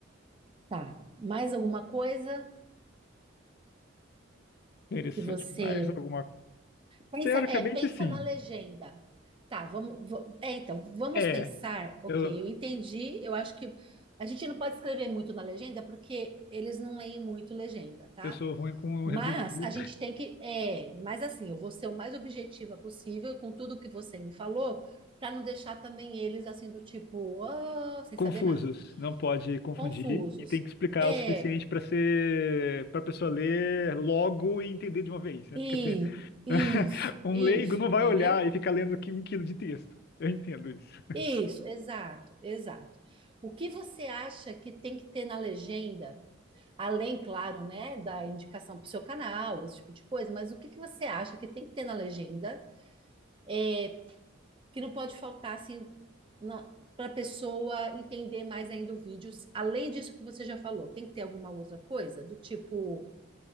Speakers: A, on the right; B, on the left.
A: Tá. Mais alguma coisa
B: Interessante.
A: que você
B: Mais alguma?
A: pensa?
B: Teoricamente,
A: É, pensa
B: sim.
A: na legenda. Tá, vamos. va- é, então, vamos
B: É,
A: pensar. Ok,
B: eu,
A: eu entendi. Eu acho que a gente não pode escrever muito na legenda porque eles não leem muito legenda, tá?
B: eu sou ruim com
A: Mas
B: resumir, viu?
A: a gente tem que. É, mas assim, eu vou ser o mais objetiva possível com tudo que você me falou, para não deixar também eles assim do tipo, "Ah", sem
B: Confusos.
A: saber nada.
B: Não pode confundir
A: Confusos.
B: e tem que explicar
A: É,
B: o suficiente para ser para pessoa ler logo e entender de uma vez, né?
A: e
B: Porque tem-
A: isso,
B: <laughs> um
A: isso,
B: leigo não
A: entendeu?
B: vai olhar e ficar lendo aqui um quilo de texto. Eu entendo isso.
A: Isso, exato, exato. O que você acha que tem que ter na legenda, além, claro, né, da indicação para o seu canal, esse tipo de coisa, mas o que que você acha que tem que ter na legenda, é, que não pode faltar assim para a pessoa entender mais ainda o vídeo, além disso que você já falou, tem que ter alguma outra coisa, do tipo